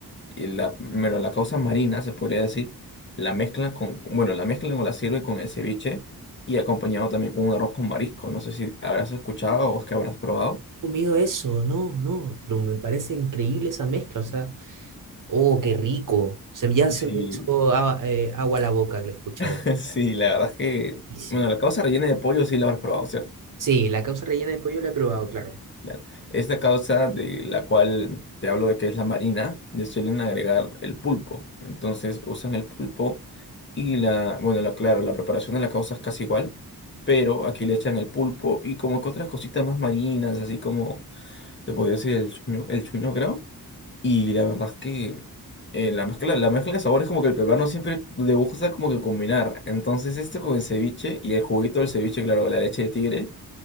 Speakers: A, on the left; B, on the right.
A: y la, bueno, la causa marina, se podría decir, la mezclan con, bueno, la mezclan o la sirven con el ceviche y acompañado también con un arroz con marisco. No sé si habrás escuchado o es que habrás probado.
B: Comido eso, no, no. Pero me parece increíble esa mezcla. O sea, oh, qué rico. Se, me- ya
A: Sí,
B: se me hizo agua, eh, agua a la boca al escuchar
A: <laughs>
B: eso.
A: sí, la verdad es que,
B: Buenísimo.
A: bueno, la causa rellena de pollo sí la habrás probado, ¿cierto?
B: Sí, la causa rellena de pollo la he probado, claro.
A: Claro. Esta causa de la cual te hablo de que es la marina, le suelen agregar el pulpo. Entonces usan el pulpo y la, bueno, la, claro, la preparación de la causa es casi igual, pero aquí le echan el pulpo y como que otras cositas más marinas, así como se podría decir el chuño, el chuño, creo. Y la verdad es que eh, la mezcla, la mezcla de sabores como que el peruano siempre le gusta como que combinar. Entonces esto con el ceviche y el juguito del ceviche, claro, con la leche de tigre,